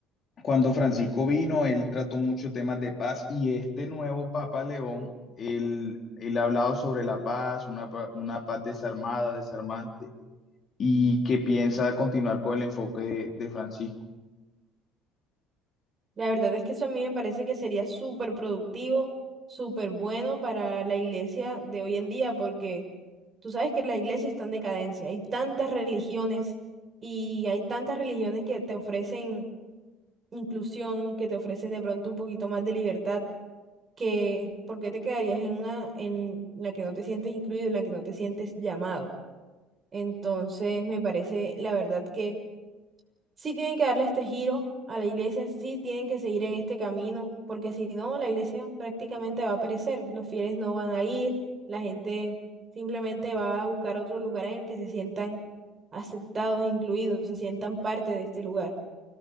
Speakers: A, on the left; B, on the right.
A: cuando Francisco vino, él trató muchos temas de paz y este nuevo Papa León, él, él ha hablado sobre la paz, una, pa- una paz desarmada, desarmante, y que piensa continuar con el enfoque de, de Francisco.
B: la verdad es que eso a mí me parece que sería súper productivo, súper bueno para la iglesia de hoy en día, porque tú sabes que la iglesia está en decadencia, hay tantas religiones y hay tantas religiones que te ofrecen inclusión, que te ofrecen de pronto un poquito más de libertad, que ¿por qué te quedarías en una en la que no te sientes incluido, en la que no te sientes llamado? Entonces, me parece, la verdad, que sí tienen que darle este giro a la iglesia, sí tienen que seguir en este camino, porque si no, la iglesia prácticamente va a perecer, los fieles no van a ir, la gente simplemente va a buscar otro lugar en el que se sientan aceptados, incluidos, se sientan parte de este lugar.